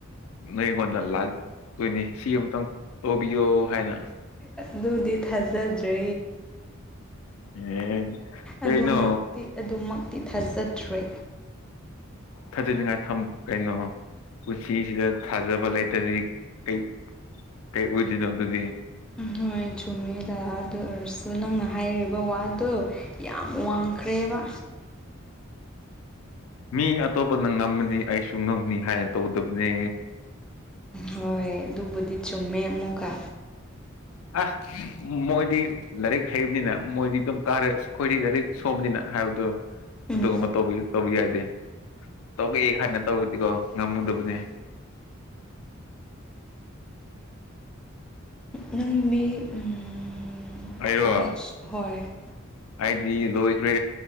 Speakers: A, on the left; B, in the centre.
A: ꯅꯉꯣꯟꯗ ꯂꯥꯛꯇꯣꯏꯅꯤ ꯁꯤ ꯑꯃꯇꯪ ꯂꯧꯕꯤꯌꯣ ꯍꯥꯏꯅ
B: ꯑꯗꯨꯗꯤ ꯊꯥꯖꯗ꯭ꯔꯦ
A: ꯑꯦ ꯀꯩꯅꯣ
B: ꯑꯗꯨꯃꯛꯇꯤ ꯑꯗꯨꯃꯛꯇꯤ ꯊꯥꯖꯗ꯭ꯔꯦ
A: ꯊꯥꯖꯅꯤꯡꯉꯥꯏ ꯊꯃꯨ ꯀꯩꯅꯣ ꯄꯨꯟꯁꯤꯁꯤꯗ ꯊꯥꯖꯕ ꯂꯩꯇ꯭ꯔꯗꯤ ꯀꯩ ꯀꯩ ꯑꯣꯏꯗꯣꯏꯅꯣ ꯑꯗꯨꯗꯤ
B: ꯅꯣꯏ ꯆꯨꯝꯃꯦꯗ ꯑꯗꯨ ꯑꯣꯏꯔꯁꯨ ꯅꯪꯅ ꯍꯥꯏꯔꯤꯕ ꯋꯥꯗꯣ ꯗꯣ ꯌꯥꯝ ꯋꯥꯡꯈ꯭ꯔꯦꯕ
A: ꯃꯤ ꯑꯇꯣꯞꯄꯅ ꯉꯝꯃꯗꯤ ꯑꯩꯁꯨ ꯉꯝꯅꯤ ꯍꯥꯏꯅ ꯇꯧꯒꯗꯕꯅꯦ
B: ꯍꯣꯏ ꯑꯗꯨꯕꯨꯗꯤ ꯆꯨꯝꯃꯦ ꯑꯃꯨꯛꯀ
A: ꯑ ꯃꯣꯏꯗꯤ ꯂꯥꯏꯔꯤꯛ ꯍꯩꯕꯅꯤꯅ ꯃꯣꯏꯗꯤ ꯑꯗꯨꯝ ꯀꯥꯔꯦ ꯑꯩꯈꯣꯏꯗꯤ ꯂꯥꯏꯔꯤꯛ ꯁꯣꯕꯅꯤꯅ ꯍꯥꯏꯕꯗꯣ
B: ꯎꯝ
A: ꯑꯗꯨꯒꯨꯝꯕꯗꯣ ꯇꯧꯕ ꯌꯥꯗꯦ ꯇꯧꯒꯦ ꯍꯥꯏꯅ ꯇꯧꯔꯗꯤꯀꯣ ꯉꯝꯒꯗꯕꯅꯦ
B: ꯅꯪꯗꯤ ꯎꯝ
A: ꯍꯥꯏꯔꯣ
B: ꯀꯣꯂꯦꯖ ꯍꯣꯏ
A: ꯑꯩꯗꯤ ꯂꯣꯏꯈ꯭ꯔꯦ